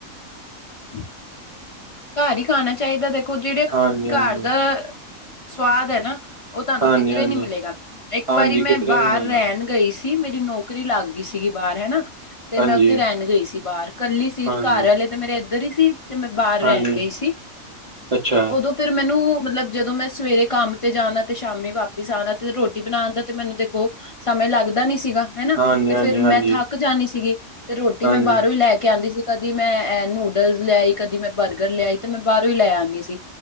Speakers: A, on the left; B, on the right.
A: ਹ <inaudible> ਘਰ ਹੀ ਖਾਣਾ ਚਾਹੀਦਾ ਦੇਖੋ ਜਿਹੜੇ
B: ਹਾਂਜੀ ਹਾਂਜੀ
A: ਘਰ ਦਾ ਸਵਾਦ ਹੈ ਨਾ ਉਹ ਤੁਹਾਨੂੰ
B: ਹਾਂਜੀ
A: ਕਿੱਧਰੇ
B: ਹਾਂਜੀ
A: ਨੀ ਮਿਲੇਗਾ, ਇੱਕ
B: ਹਾਂਜੀ
A: ਵਾਰੀ ਮੈਂ
B: ਕਿਧਰੇ
A: ਬਾਹਰ
B: ਨੀ ਮਿਲਣਾ
A: ਰਹਿਣ ਗਈ ਸੀ, ਮੇਰੀ ਨੌਕਰੀ ਲੱਗ ਗਈ ਸੀਗੀ ਬਾਹਰ ਰਹਿ ਹਨਾ ਤੇ
B: ਹਾਂਜੀ
A: ਮੈਂ ਉੱਥੇ ਰਹਿਣ ਗਈ ਸੀ, ਬਾਹਰ ਕੱਲੀ ਸੀ
B: ਹਾਂਜੀ
A: ਘਰ ਵਾਲੇ ਤੇ ਮੇਰੇ ਉੱਧਰ ਹੀ ਸੀ ਤੇ ਮੈਂ ਬਾਹਰ
B: ਹਾਂਜੀ
A: ਰਹਿਣ ਗਈ ਸੀ,
B: ਅੱਛਾ
A: ਉਦੋਂ ਫਿਰ ਮੈਨੂੰ ਮਤਲਬ ਜਦੋਂ ਮੈਂ ਸਵੇਰੇ ਕੰਮ ਤੇ ਜਾਣਾ ਤੇ ਸ਼ਾਮੀ ਵਾਪਿਸ ਆਣਾ ਤੇ ਰੋਟੀ ਬਣਾਉਣ ਦਾ ਤੇ ਮੈਨੂੰ ਦੇਖ ਸਮੇਂ ਲੱਗਦਾ ਨੀ ਸੀਗਾ ਹਨਾ,
B: ਹਾਂਜੀ
A: ਤੇ
B: ਹਾਂਜੀ
A: ਫੇਰ ਮੈਂ
B: ਹਾਂਜੀ
A: ਥੱਕ ਜਾਣੀ ਸੀਗੀ ਤੇ ਰੋਟੀ
B: ਹਾਂਜੀ
A: ਮੈਂ ਬਾਹਰੋਂ ਹੀ ਲੈ ਲੈ ਕੇ ਆਦੀ ਸੀ ਕਦੀ ਮੈਂ ਨੂਡਲਸ ਲਿਆਈ ਕਦੀ ਮੈਂ ਬਰਗਰ ਲਿਆਈ ਤੇ ਮੈਂ ਬਾਹਰੋਂ ਹੀ ਲੈ ਆਦੀ ਸੀ